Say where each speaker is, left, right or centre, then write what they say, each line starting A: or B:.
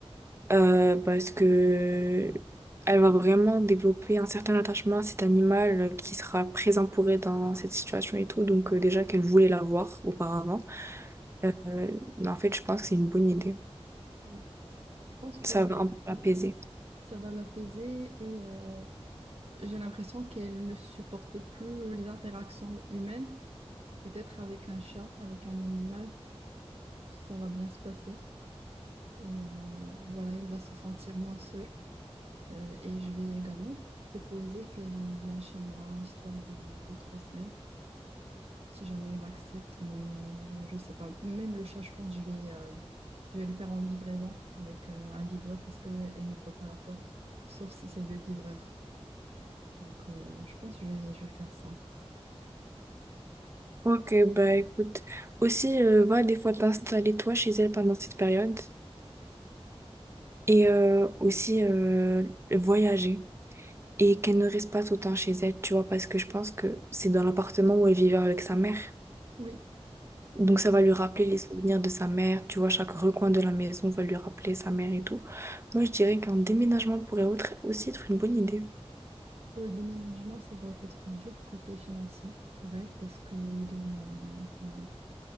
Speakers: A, on the right (about 25°); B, on the right (about 55°).
A: Euh, parce que elle va vraiment développer un certain attachement à cet animal qui sera présent pour elle dans cette situation et tout. Donc euh, déjà qu'elle voulait l'avoir auparavant. Euh, mais en fait, je pense que c'est une bonne idée.
B: on- je pense que
A: Ça va un peu l'apaiser.
B: euh, ça va l'apaiser et euh, j'ai l'impression qu'elle ne supporte plus les interactions humaines. Peut-être avec un chat, avec un animal, ça va bien se passer. Et euh, voilà, elle va se sentir moins seule. Euh, et je vais également proposer qu'elle vienne chez moi, histoire de deux, trois semaines, si jamais elle accepte. Mais euh, je sais pas. Même le chat, je pense, je vais, euh, je vais le faire en livraison avec euh, un livreur parce qu'elle n'ouvre pas la porte, sauf si c'est le livreur. Donc, euh, je pense que je vais, je vais faire ça.
A: Ok, bah écoute. Aussi, euh, va des fois t'installer toi chez elle pendant cette période. Et euh, aussi euh, voyager. Et qu'elle ne reste pas tout le temps chez elle, tu vois, parce que je pense que c'est dans l'appartement où elle vivait avec sa mère.
B: Oui.
A: Donc ça va lui rappeler les souvenirs de sa mère, tu vois, chaque recoin de la maison va lui rappeler sa mère et tout. Moi, je dirais qu'un déménagement pourrait autre- aussi être une bonne idée.
B: Pour le déménagement, ça va être dur côté financier pour elle parce que elle est, euh, enfin,